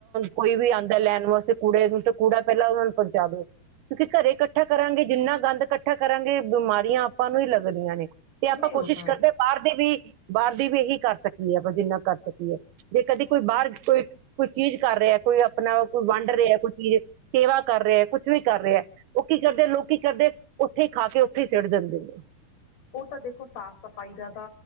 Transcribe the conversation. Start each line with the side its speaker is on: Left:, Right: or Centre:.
Right: ਕੋਈ ਵੀ ਆਉਂਦਾ ਲੈਣ ਵਾਸਤੇ ਕੂੜੇ ਨੂੰ ਤਾਂ ਕੂੜਾ ਪਹਿਲਾਂ ਉਹ ਨੂੰ ਪਹੁੰਚਾ ਦੋ ਕਿਉਂਕਿ ਘਰੇ ਇਕੱਠਾ ਕਰਾਂਗੇ ਜਿੰਨਾ ਗੰਦ ਇਕੱਠਾ ਕਰਾਂਗੇ ਬਿਮਾਰੀਆਂ ਆਪਾਂ ਨੂੰ ਹੀ ਲੱਗਦੀਆਂ ਨੇ ਤੇ ਆਪਾਂ
Left: ਨਹੀਂ
Right: ਕੋਸ਼ਿਸ਼
Left: ਉਹ ਤਾਂ ਹੈ।
Right: ਕਰਦੇ ਹਾਂ ਬਾਹਰ ਦੇ ਵੀ ਬਾਹਰ ਦੀ ਵੀ ਇਹੀ ਕਰ ਸਕਦੀ ਹੈ ਜਿੰਨਾ ਕਰ ਸਕੀਏ ਜੇ ਕਦੇ ਕੋਈ ਬਾਹਰ ਕੋਈ ਕੋਈ ਚੀਜ਼ ਕਰ ਰਿਹਾ ਕੋਈ ਆਪਣਾ ਕੋਈ ਵੰਡ ਰਿਹਾ ਕੋਈ ਚੀਜ਼ ਸੇਵਾ ਕਰ ਰਿਹਾ ਕੁਛ ਵੀ ਕਰ ਰਿਹਾ ਉਹ ਕੀ ਕਰਦੇ ਲੋਕ ਕੀ ਕਰਦੇ ਉੱਥੇ ਖਾ ਕੇ ਉੱਥੇ ਹੀ ਚਿੜ ਦਿੰਦੇ ਨੇ
Left: ਉਹ ਤਾਂ ਦੇਖੋ ਸਾਫ਼ ਸਫ਼ਾਈ ਦਾ ਤਾਂ